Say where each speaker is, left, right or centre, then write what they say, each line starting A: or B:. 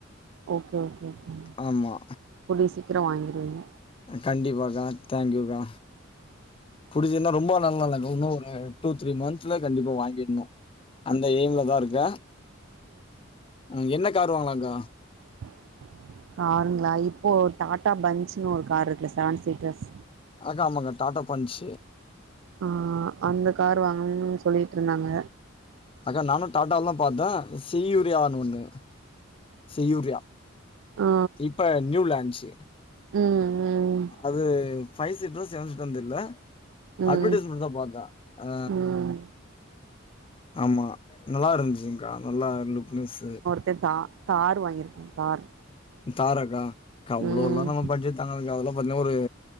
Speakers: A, on the right (about 65°); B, on the left (about 25°).
A: ஓகே ஓகே ஓகே
B: ஆமா
A: கூடிய சீக்கிரொ வாங்கிர்வீங்க
B: கண்டிப்பாக்கா தேங்க்யூக்கா புடிச்சதுன்னா ரொம்ப நாள்லா இல்ல இன்னும் ஒரு டூ த்ரீ மந்த்ஸ்ல கண்டிப்பா வாங்கிட்ணும் அந்த எய்ம்ல தா இருக்க உ என்ன காரு வாங்களாங்க்கா
A: <inaudible> காருங்ளா இப்போ டாடா பஞ்சுன்னு ஒரு கார் இருக்குல்ல செவன் சீட்டர்ஸ்
B: அக்கா ஆமாக்கா டாட்டா பஞ்ச்
A: அ அந்த கார் வாங்கணும் சொல்லிட்டுருந்தாங்க
B: அக்கா நானு டாட்டான் பாத்தேன் செய்யூரியனு ஒன்னு செய்யூரியா
A: ஆ
B: இப்ப நியூ லாஞ்ச்
A: ம் ம்
B: அது ஃபைவ் சீட்ட்ர் செவன் சீட்டரானு தெர்ல
A: ம்
B: அட்வர்டைஸ்மென்ட்ல தா பாத்தே அ
A: ம்
B: ஆமா நல்லா இருந்துச்சுங்க்கா நல்லா லுக்னஸ்
A: த தார் வாங்கியிருக்கோம் தார்
B: தாராக்கா கா அவ்ளோ
A: ம்
B: எல்லா நம்ம பட்ஜெட் ததுக்காெல்லாம் பாத்தீன்னா ஒரு